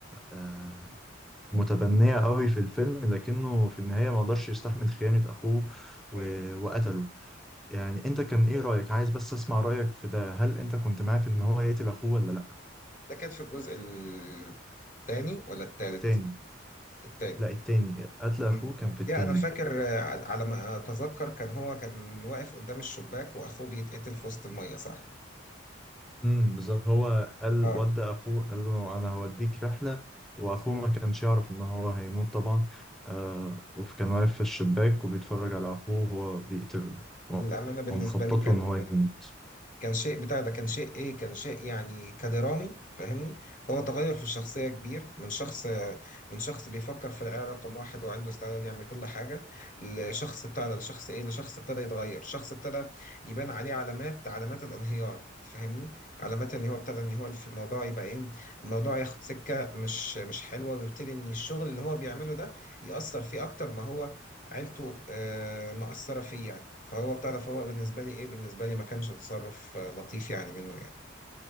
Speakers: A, in the centre; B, on the left (about 40°).
A: آه، متبنية قوي في الفيلم لكنه في النهاية ما قدرش يستحمل خيانة أخوه و...
B: ايوه
A: وقتله يعني أنت كان إيه رأيك عايز بس أسمع رأيك في ده هل أنت كنت معاه في إن هو يقتل أخوه ولا لأ
B: ده كان في الجزء الثاني ولا الثالث
A: تاني
B: التاني.
A: لا التاني قتل أخوه
B: مم.
A: كان في التاني
B: يا انا فاكر آه، على ما اتذكر كان هو كان واقف قدام الشباك واخوه بيتقتل في وسط الميه صح
A: امم بالظبط هو قال
B: اه
A: ودى أخوه قال له أنا هوديك رحلة وأخوه ما كانش يعرف إن هو هيموت طبعا آه وكان واقف في الشباك وبيتفرج على أخوه وهو بيقتله يعني
B: الامانه بالنسبه
A: ومخطط
B: لي كان
A: له إن هو يموت
B: كان شيء بتاع ده كان شيء ايه كان شيء يعني كدرامي فاهمني هو تغير في الشخصية كبير من شخص من شخص بيفكر في العيار رقم واحد وعنده استعداد يعمل كل حاجة لشخص بتاع ده لشخص ايه لشخص ابتدى يتغير شخص ابتدى يبان عليه علامات علامات الانهيار فاهمني علامات ان هو ابتدى ان هو في الموضوع يبقى ايه الموضوع ياخد سكة مش مش حلوة ويبتدي ان الشغل اللي هو بيعمله ده يأثر فيه اكتر ما هو عيلته آه، مأثرة فيه يعني فهو بتاع ده فهو بالنسبة لي إيه بالنسبة لي ما كانش تصرف آه، لطيف يعني منه يعني